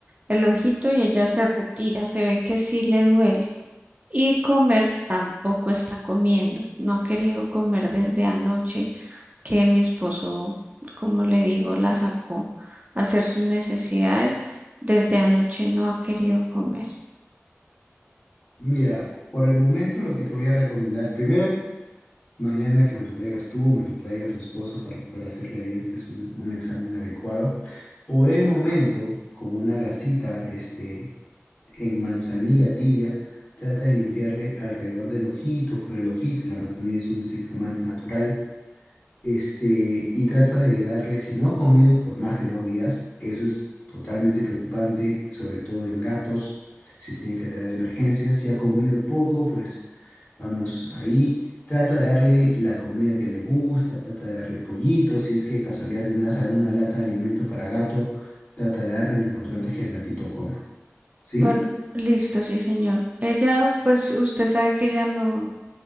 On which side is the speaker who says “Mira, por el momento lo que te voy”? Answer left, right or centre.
Left